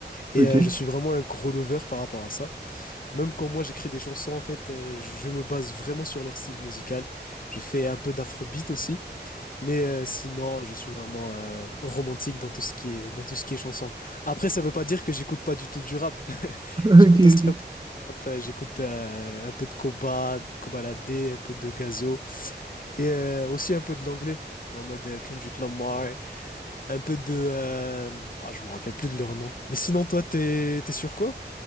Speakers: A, on the left; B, on the right.
A: Et
B: ok,
A: euh, je suis vraiment
B: <laughs>
A: un gros lover par rapport à ça. Même quand moi j'écris des chansons, en fait, euh, je me base vraiment sur leur style musical. Je fais un peu d'afrobeat aussi, mais euh, sinon, je suis vraiment euh, romantique dans tout ce qui est dans tout ce qui est chanson. Après, ça veut pas dire que j'écoute pas du tout du rap. <laughs>
B: ok,
A: J'écoute
B: ok.
A: aussi un peu de rap, euh, j'écoute euh, un peu de Koba, Koba un peu de Gazo et euh, aussi un peu de l'anglais. En mode euh, Kendrick Lamar, un peu de... euh, Ah, je me rappelle plus de leur nom. Mais sinon, toi, t'es t'es sur quoi?